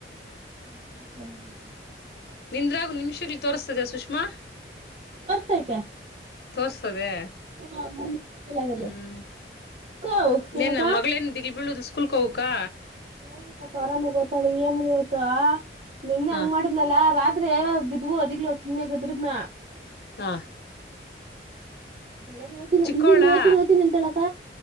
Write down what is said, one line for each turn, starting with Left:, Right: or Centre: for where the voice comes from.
Right: <unintelligible>
Left: ನಿಂದ್ರಾಗು ನಿಮ್ಷದಲ್ ತೋರುಸ್ತಿದ್ಯ ಸುಷ್ಮಾ.
Right: ಹು ತೋರುಸ್ತೈತೆ.
Left: ತೋರ್ಸ್ತದೆ.
Right: ಹ ಮಾ ಫೀಲ್ ಆಗದೆ
Left: ಹ್ಮ್
Right: ಕೌ
Left: ಇನ್ನೇನ್
Right: ಏನಕ್ಕ.
Left: ನಮ್ ಮಗಳೇನ್ ದಿಲ್ ಬೀಳುದ್ ಸ್ಕೂಲ್ಕ್ ಕೌ ಕಾ.
Right: ಏನಿಲ್ಲ ಅಕ್ಕ ಆರಾಮಾಗ್ ಒತಾಳ್ ಇ ಯಮ್ಮನ್ ಇವಾಗ. ನಿನ್ನೆ
Left: ಹ
Right: ಹಂಗ್ ಮಾಡ್ದಲಲ ರಾತ್ ಆದ್ರೆ ಬಿದ್ವು ವದಿಗ್ಲು ಸುಮ್ನೆ ಗದ್ರದ್ನ.
Left: ಹಾ
Right: ಬೆಳೆಗ್ಗೆ ಹೊತಿದ್ಲು
Left: ಚಿಕ್ಕೋಳಾ
Right: ಇಲ್ಲಿಂದ್ ಒತೀನಿ ಒತೀನಿ ಅಂತಿದ್ಲ ಅಕ್ಕ.